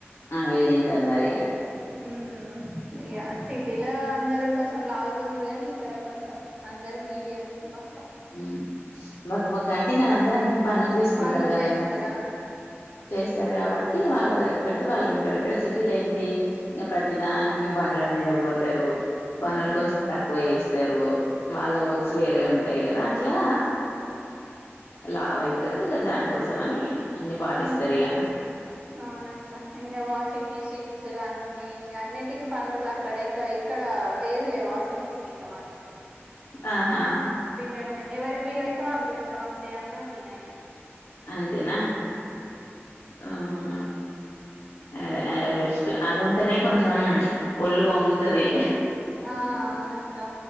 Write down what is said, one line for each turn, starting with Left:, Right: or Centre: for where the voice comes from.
Left: అవే తింటన్నరు ఇగ
Right: మ్మ్ ఇగ సిటీలో అందరు కొంచ్ చం లాగుంటరు గనీ ఇక్కడ కొంచెం అందరు మీడియం బ
Left: ఉమ్ బక్క బక్క అంటే ఇంగ అందరు అన్ని పనులు చేసుకుంటరు
Right: పనులు
Left: కదా
Right: చేస్తారా
Left: స్తరు కాబట్టి వాళ్ళ తగ్గట్టు వాళ్ళు ఉంటరు, ఇక్కడ సిటీ లెన్ టి ఇంగ ప్రతిదానికి
Right: మ్మ్
Left: బండ్ల మీద పోతరు, పనులు
Right: మ్మ్
Left: కొంచెం తక్కువ చేస్ స్తరు వాళ్ళ
Right: అవును
Left: వర్క్స్ వేరే ఉం టయి కదా అట్లా, లావైతరు దానికోసం అని అన్ని పాటిస్తారు
Right: హ్మ్
Left: ఇగ
Right: అవునక్క, ఇంగ వాషింగ్ మిషిన్స్ న్ నీ ఇంగ అన్నిటికి పనులు అక్కడ, ఇంకా ఇక్కడ లేదులే వాషింగ్ మిషిన్ ఇంకా మాకు
Left: ఆహా
Right: పిండడమే ఎవరికి వీలైతే వాళ్ళు పిండుతం అంతే, అన్న నేనైనా.
Left: అంతేనా ఆహా అ అదే బెస్ట్ అది ఉంటెనే కొంచం ఒళ్ళు వంగుతది,
Right: ఆ అవునక్క